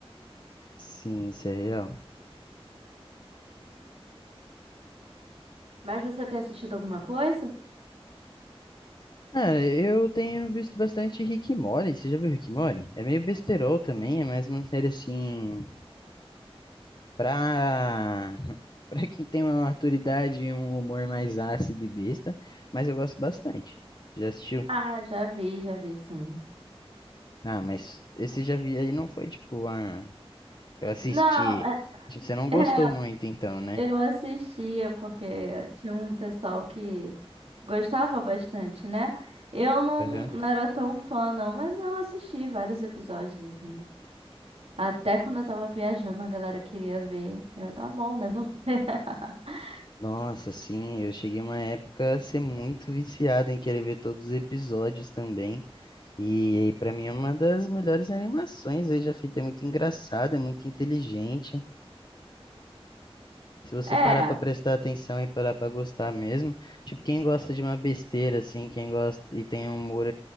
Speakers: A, on the left (about 45°); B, on the right (about 75°).
A: Sim, isso é real.
B: Mas você tem assistido alguma coisa?
A: Cara, eu tenho visto bastante Rick e Morty. Você já viu Rick e Morty? É meio besterol também, é mais uma série assim. Pra. <laughs> Pra quem tem uma maturidade e um humor mais ácido e besta. Mas eu gosto bastante. Já assistiu?
B: Ah, já vi, já vi, sim.
A: Ah, mas esse já vi aí não foi tipo, ah, eu assisti.
B: Não, é.
A: Tipo, você não gostou
B: é
A: muito então, né?
B: Eu assistia porque tinha um pessoal que gostava bastante, né? Eu não,
A: Aham.
B: não era tão fã, não, mas eu assisti vários episódios, assim. Até quando eu tava viajando, a galera queria ver. Eu, tá bom, né? Vamos ver. <laughs>
A: Nossa, sim, eu cheguei uma época a ser muito viciado em querer ver todos os episódios também. E aí, pra mim é uma das melhores animações aí já feita, é muito engraçada, é muito inteligente. Se você
B: É,
A: parar pra prestar atenção e parar pra gostar mesmo, tipo, quem gosta de uma besteira assim, quem gosta e tem um humor